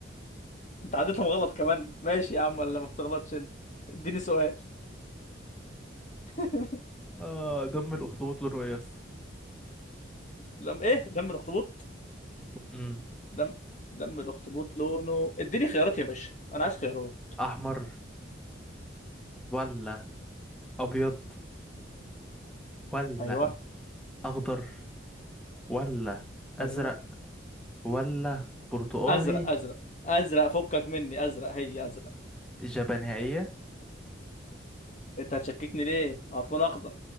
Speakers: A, on the left (about 40°); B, in the centre.
A: انت عديتهم غلط كمان ماشي يا عم ولا ما بتغلطش انت اديني سؤال <laughs>
B: <laughs> اه دم الاخطبوط لونه ايه يا اسطى
A: لم ايه دم الاخطبوط
B: امم
A: دم دم الاخطبوط لونه اديني خيارات يا باشا انا عايز خيارات
B: احمر ولا ابيض ولا
A: ايوه
B: اخضر ولا ازرق
A: ايوه
B: ولا برتقاني
A: ازرق ازرق ازرق فكك مني ازرق هي ازرق
B: اجابه نهائيه
A: انت هتشككني ليه هتكون اخضر